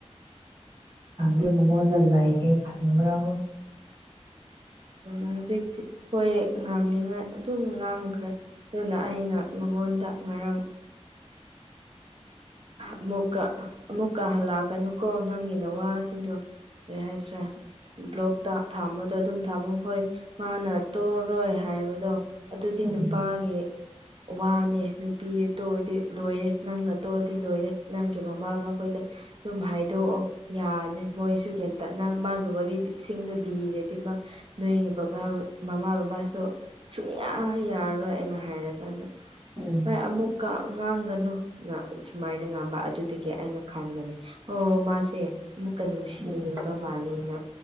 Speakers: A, on the right; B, on the right.
A: ꯈꯪꯗꯦ ꯃꯉꯣꯟꯗ ꯂꯩꯒꯦ ꯈꯟꯕ꯭ꯔꯥꯕ
B: ꯍꯧꯖꯤꯛꯇꯤ ꯍꯈꯣꯏ ꯉꯥꯡꯅꯤꯡꯉꯥꯏ ꯑꯗꯨꯝ ꯉꯥꯡꯈ꯭ꯔꯦ ꯑꯗꯨꯅ ꯑꯩꯅ ꯃꯉꯣꯟꯗ ꯉꯔꯥꯡ ꯑꯃꯨꯛꯀ ꯑꯃꯨꯛꯀ ꯍꯜꯂꯛꯀꯅꯨꯀꯣ ꯅꯪꯒꯤ ꯅꯋꯥꯁꯤꯡꯗꯣ ꯔꯦꯍꯥꯏ ꯁꯔ ꯕ꯭ꯂꯣꯛꯇ ꯊꯥꯝꯕꯗꯣ ꯑꯗꯨꯝ ꯊꯥꯝꯃꯣ ꯍꯣꯏ ꯃꯥꯅ ꯇꯧꯔꯣꯏ ꯍꯥꯏꯕꯗꯣ ꯑꯗꯨꯗꯤ
A: ꯎꯝ
B: ꯅꯨꯄꯥꯒꯤ ꯋꯥꯅꯦ ꯅꯨꯄꯤꯗꯨ ꯇꯣꯗꯤ ꯂꯣꯏꯔꯦ ꯅꯪꯅ ꯐ ꯇꯧꯔꯗꯤ ꯂꯣꯏꯔꯦ ꯅꯪꯒꯤ ꯃꯃꯥꯕꯕꯥꯈꯣꯏꯗ ꯑꯗꯨꯝ ꯍꯥꯏꯗꯣꯛꯑꯣ ꯌꯥꯔꯅꯤ ꯃꯣꯏꯁꯨꯒꯦꯟ ꯇꯠꯅ ꯃꯥꯒꯤ ꯋꯥꯔꯤꯁꯤꯡꯗꯣ ꯂꯤꯔꯗꯤ ꯃꯥ ꯅꯣꯏꯒꯤ ꯕꯕꯥ ꯃꯃꯥ ꯕꯕꯥꯁꯨ ꯁꯨꯡꯌꯥ ꯌꯥꯔꯔꯣꯏ ꯍꯥꯏꯅ ꯍꯥꯏꯔꯒꯅꯦ ꯑꯁ
A: ꯎꯝ
B: ꯚꯥꯏ ꯑꯃꯨꯛꯀ ꯉꯥꯡꯒꯅꯨ ꯁꯨꯃꯥꯏꯅ ꯉꯥꯡꯝꯕ ꯑꯗꯨꯗꯒꯤ ꯑꯩꯅ ꯈꯟꯕꯅꯦ ꯑꯣ ꯃꯥꯁꯦ ꯑꯃꯨꯛꯀ ꯅꯨꯡꯁꯤꯅꯤꯡꯕ
A: ꯎꯝ
B: ꯃꯥꯂꯦꯩꯅ